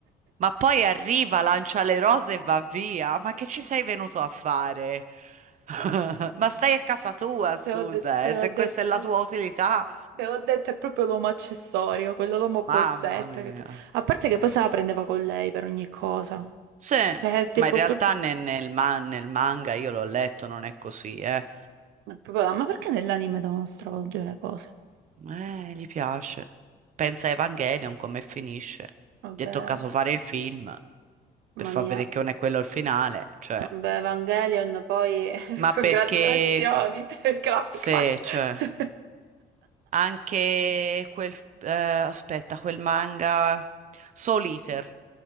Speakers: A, on the right; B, on the right.
A: ma poi arriva, lancia le rose e va via. Ma che ci sei venuto a fare? <laughs> Ma stai a casa tua, scusa,
B: te ho de- te
A: eh, Se
B: ho detto,
A: questa è la tua utilità,
B: te ho detto, è proprio l'uomo accessorio, quello l'uomo
A: mamma
B: borsetta.
A: mia.
B: che tu- A parte che poi se la prendeva con lei per ogni cosa.
A: Sì,
B: Cioè, è tipo,
A: ma in realtà
B: proprio-
A: ne- nel, ma- nel manga io l'ho letto, non è così, eh.
B: è proprio là, ma perché nell'anime devono stravolgere cose?
A: Eh, gli piace. Pensa a Evangelion come finisce.
B: Vabbè,
A: Gli è toccato fare il film
B: Mamma
A: per far
B: mia,
A: vedere che non è quello il finale, cioè.
B: Vabbè, Evangelion, poi <laughs>
A: Ma
B: congratulazioni,
A: perché
B: <laughs> clap
A: se,
B: clap.
A: cioè,
B: <laughs>
A: anche quel, eh, aspetta, quel manga Soul Eater,